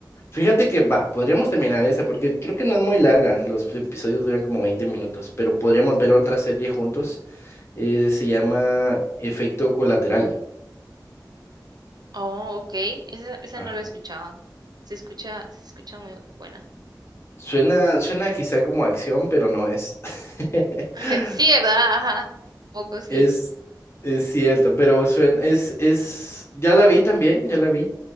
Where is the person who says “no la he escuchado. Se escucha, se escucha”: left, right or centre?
Right